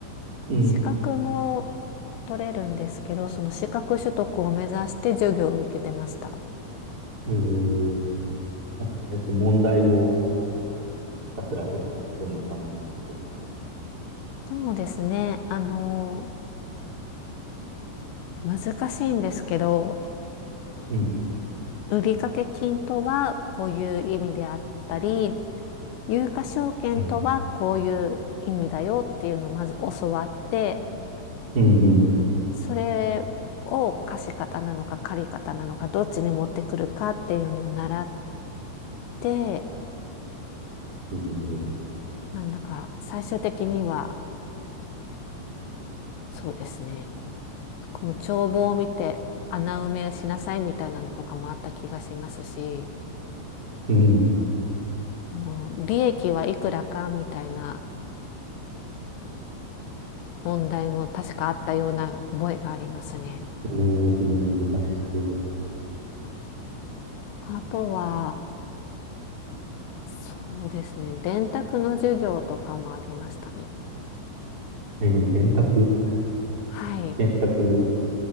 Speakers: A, on the right; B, on the left.
A: うん。
B: 資格も取れるんですけど、その資格取得を目指して授業を受けてました。
A: えー、なんかそれって問題をひたすら解くとか、そんな感じのことをする。
B: そうですね。あの、難しいんですけど、
A: うん。
B: 売掛金とはこういう意味であったり、有価証券とはこういう意味だよっていうのをまず教わって、
A: うん。うんうん。
B: それを貸方なのか借方なのかどっちに持ってくるかっていうのを習って、
A: えー、
B: なんだか最終的にはそうですね、この帳簿を見て穴埋めしなさいみたいなのとかもあった気がしますし、
A: うん。
B: この利益はいくらかみたいな問題も確かあったような覚えがありますね。
A: えー、すごい難しそう。
B: あとは、そうですね、電卓の授業とかもありましたね。
A: えー、電卓
B: はい。
A: 電卓、